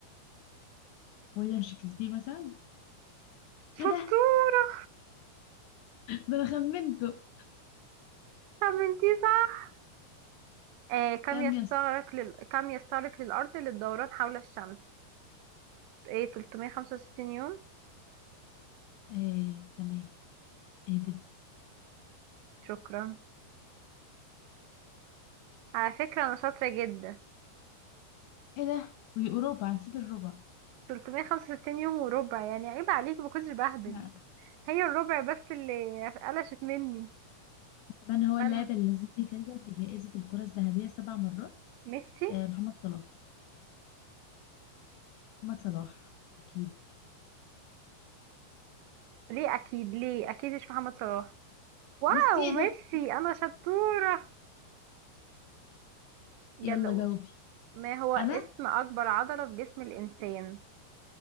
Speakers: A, on the left; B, on the right.
A: ويليام شكسبير مثلا إيه
B: شطورة
A: ده ده أنا خمنته
B: طب انتي صح اه كم
A: كام
B: يستغرق
A: يا اسطى
B: لل... كم يستغرق للأرض للدوران حول الشمس ايه 365 يوم
A: إيه تمام إيه بدي
B: شكرا على فكرة انا شاطرة جدا
A: إيه ده وأوروبا نسيت الربع
B: 365 يوم وربع يعني عيب عليك ما كنتش بهبل
A: لا.
B: هي الربع بس اللي قلشت مني
A: من هو اللاعب
B: انا
A: الذي فاز بجائزة الكرة الذهبية سبع مرات
B: ميسي
A: آه محمد صلاح محمد صلاح أكيد
B: ليه اكيد ليه اكيد مش محمد صلاح واو
A: ميسي إيه
B: ميسي
A: ده
B: انا شطورة يلا
A: يلا
B: قول
A: جاوبي
B: ما هو اسم
A: أنا
B: اكبر عضلة في جسم الانسان